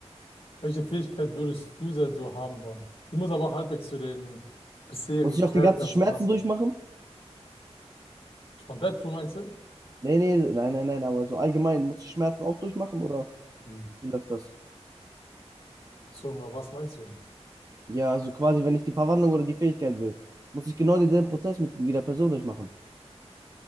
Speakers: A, on the left; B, on the right.
A: Welche Fähigkeit würdest du denn so haben wollen? Die muss aber auch halbwegs zu den bisherigen
B: Muss ich auch
A: Charaktern
B: die ganzen Schmerzen
A: so passen.
B: durchmachen?
A: Von Deadpool meinst du?
B: Nee, nee, nein, nein, nein, aber so allgemein, muss ich Schmerzen auch durchmachen oder
A: Wie?
B: wie läuft das?
A: Bezogen auf was meinst du das?
B: Ja, also quasi, wenn ich die Verwandlung oder die Fähigkeit will, muss ich genau denselben Prozess mit wie der Person durchmachen.